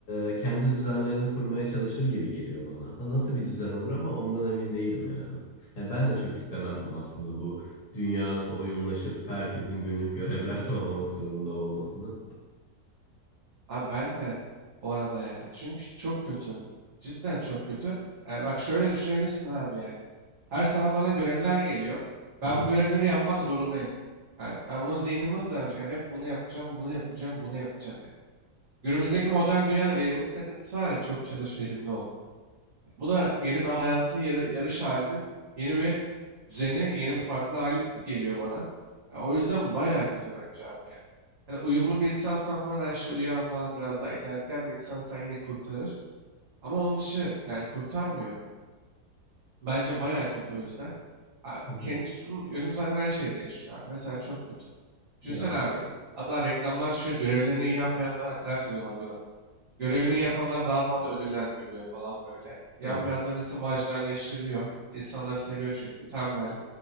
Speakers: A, on the left; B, on the right.
A: e, kendi düzenlerini kurmaya çalışır gibi geliyor bana. Ha, nasıl bir düzen olur ama ondan emin değilim yani. Yani ben de çok istemezdim aslında bu dünyanın oyunlaşıp herkesin günlük görevler <laughs> tamamlamak zorunda olmasını.
B: Abi ben de bu arada yani. Çünkü çok kötü. Cidden çok kötü. Yani bak şöyle düşünebilirsin abi yani. Her sabah bana görevler geliyor. Ben
A: Aha.
B: bu görevleri yapmak zorundayım. Yani ben bunu zihnim nasıl dayanacak? Yani Hep bunu yapacağım, bunu yapacağım, bunu yapacağım yani. Günümüzdeki modern dünyada verimlilik takıntısı var ya çok çalış verimli ol. Bu da yeni bir hayatın yarı- yarış halinin yeni bir düzeni, yeni bir farklı hali gibi geliyor bana. Ya o yüzden bayağı kötü bence abi yani. Hani uyumlu bir insansan falan her şeye uyan falan biraz daha itaatkar bir insansan yine kurtarır. Ama onun dışı yani kurtarmıyor. Bence bayağı kötü o yüzden. A-
A: Hı hı.
B: Kendi tutkun yönün zaten her şeyde yaşıyor abi. Mesela çok kötü. Düşünsene
A: Ya.
B: abi. Hatta reklamlar çıkıyor. Görevlerini iyi yapmayanlara hakaret ediyorlar diyorlar. Görevini yapanlar daha fazla ödüllendiriliyor falan böyle. Yapmayanlar
A: hı.
B: ise marjinalleştiriliyor. İnsanlar seviyor çünkü. Tembel,